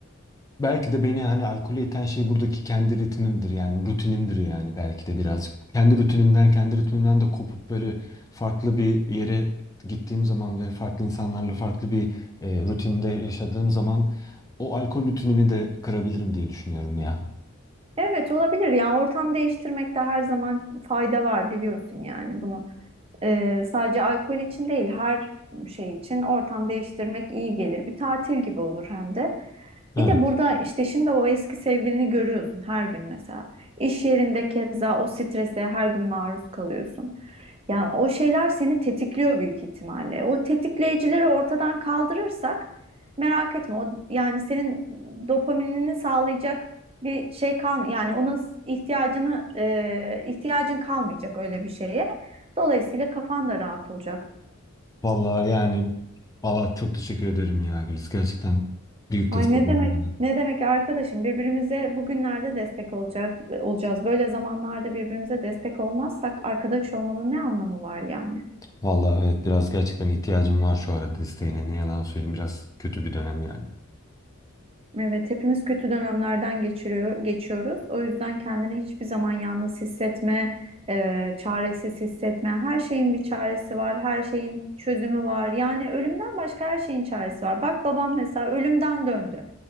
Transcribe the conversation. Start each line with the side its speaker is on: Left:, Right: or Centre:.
Left: Belki de beni hani alkole iten şey buradaki kendi ritmimdir yani rutinimdir yani belki de birazcık. Kendi rutinimden, kendi ritmimden de kopup böyle farklı bir yere gittiğim zaman ve farklı insanlarla farklı bir e, rutinde yaşadığım zaman o alkol rutinimi de kırabilirim diye düşünüyorum ya.
Right: Evet olabilir yani ortam değiştirmekte her zaman fayda var biliyorsun yani bunu. Ee, sadece alkol için değil her şey için ortam değiştirmek iyi gelir. Bir tatil gibi olur hem de.
Left: Evet.
Right: Bir de burada işte şimdi o eski sevgilini görüyorsun her gün mesela. İş yerinde keza o strese her gün maruz kalıyorsun. Yani o şeyler seni tetikliyor büyük ihtimalle. O tetikleyicileri ortadan kaldırırsak merak etme o yani senin dopaminini sağlayacak bir şey kal yani ona s- ihtiyacını e, ihtiyacın kalmayacak öyle bir şeye. Dolayısıyla kafan da rahat olacak.
Left: Vallahi yani vallahi çok teşekkür ederim ya Gülis. Gerçekten büyük
Right: Ay
Left: destek
Right: ne
Left: oldun
Right: demek?
Left: bana.
Right: Ne demek arkadaşım? Birbirimize bugünlerde destek olacak e, olacağız. Böyle zamanlarda birbirimize destek olmazsak arkadaş olmanın ne anlamı var yani?
Left: Vallahi evet biraz gerçekten ihtiyacım var şu arada desteğine. Ne yalan söyleyeyim biraz kötü bir dönem yani.
Right: Evet, hepimiz kötü dönemlerden geçiriyor, geçiyoruz. O yüzden kendini hiçbir zaman yalnız hissetme, e, çaresiz hissetme. Her şeyin bir çaresi var, her şeyin çözümü var. Yani ölümden başka her şeyin çaresi var. Bak babam mesela ölümden döndü.